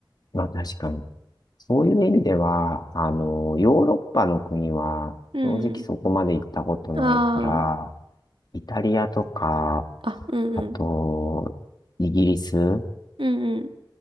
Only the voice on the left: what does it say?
まあ、確かに。そういう意味では、あの、ヨーロッパの国は、
正直そこまで行ったことないから、
イタリアとか、
あと、イギリス